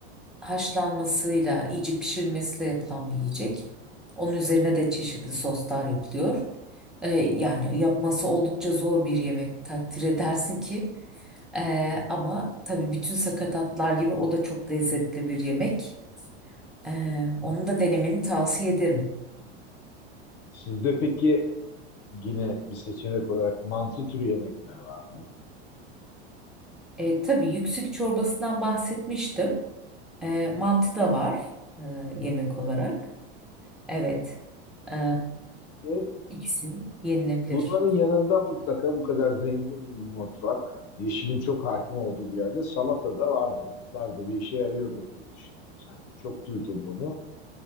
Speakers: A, in the centre; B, on the left.
A: haşlanmasıyla, iyice pişirilmesiyle yapılan bir yiyecek. Onun üzerine de çeşitli soslar yapılıyor. E, yani yapması oldukça zor bir yemek takdir edersin ki. E, ama tabii bütün sakatatlar gibi o da çok lezzetli bir yemek. E, onu da denemeni tavsiye ederim.
B: Sizde peki yine bir seçenek olarak mantı türü yemekler var mı?
A: E, tabii yüksük çorbasından bahsetmiştim. E, mantı da var e, yemek olarak. Evet. E,
B: Evet.
A: ikisi yenilebilir.
B: Bunların yanında mutlaka bu kadar zengin bir mutfak, yeşilin çok hakim olduğu bir yerde salata da vardır. Otlar da bir işe yarıyordur diye düşünüyorum sanki. Çok duydum bunu.